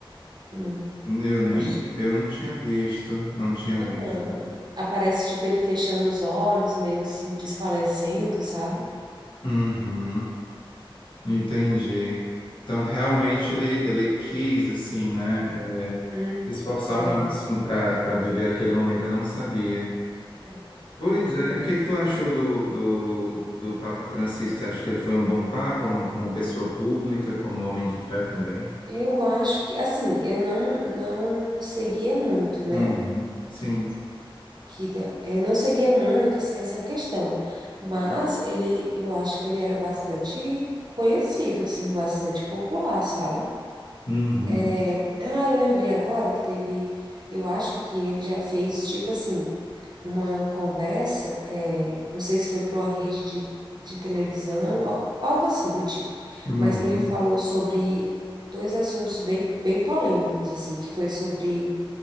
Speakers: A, on the right; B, on the left.
A: Hum,
B: Eu nem,
A: acho
B: vi-
A: que...
B: eu não tinha visto, não tinha
A: Aham.
B: visto.
A: Aparece, tipo, ele fechando os olhos, meio assim, desfalecendo, sabe?
B: Uhum, entendi. Então, realmente, ele, ele quis, assim, né, eh,
A: Hum,
B: esforçar
A: é,
B: o máximo para para viver aquele momento, eu não sabia.
A: é verdade.
B: Pois é, o que que tu achou do, do, do Papa Francisco? Você acha que ele foi um bom Papa, um- como pessoa pública, como homem de fé também?
A: Eu acho que, assim, eu não, não seguia muito, né?
B: Uhum, sim.
A: Que da- eu não seguia muito, assim, essa questão. Mas ele, eu acho que ele era bastante conhecido, assim, bastante popular, sabe?
B: Uhum,
A: É, ah, eu lembrei agora que teve. Eu acho que ele já fez, tipo assim, uma conversa. é, não sei se foi para uma rede de, de televisão, al- algo assim do tipo.
B: uhum,
A: Mas que ele falou sobre dois assuntos bem, bem polêmicos, assim, que foi sobre.